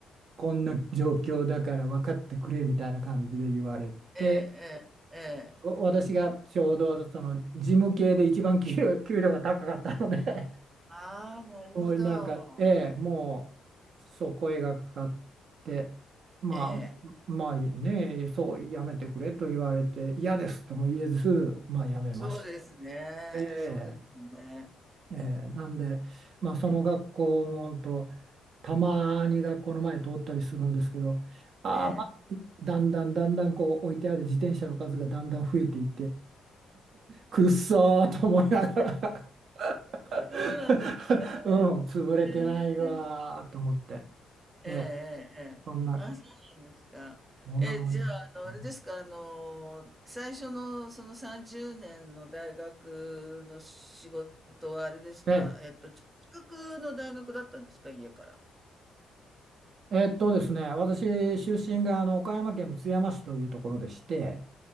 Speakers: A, on the right; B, on the right.
A: こんな状況だから分かってくれみたいな感じで言われて、
B: ええ、ええ、ええ。
A: お私がちょうどその事務系で一番給料、給料が高かったので
B: ああ、なるほど。
A: もうなんか、ええ、もう、そう、声がかかって、まあ、
B: ええ。
A: まあね、そう、やめてくれと言われて、嫌ですとも言えず、まあ、やめまし
B: そうですね。
A: て、え
B: そうですよね。
A: え、なんで、まあ、その学校もほんとたまに学校の前通ったりするんですけど、ああ、
B: ええ。
A: まあ、だんだんだんだんこう置いてある自転車の数がだんだん増えていって、くっそーと思いながら <laughs>
B: そうなんですね。
A: うん、潰れてないわーと思って。
B: ええええええええ。
A: ええ、そんな、
B: あ、そうなんですか。
A: そんな感じ。
B: え、じゃあ、あの、
A: うん
B: あれですか、あの、最初のその30年の大学の仕事はあれですか、
A: で、
B: えっと、ち近くの大学だったんですか、家から。
A: えっとですね、私、出身があの岡山県の津山市というところでして、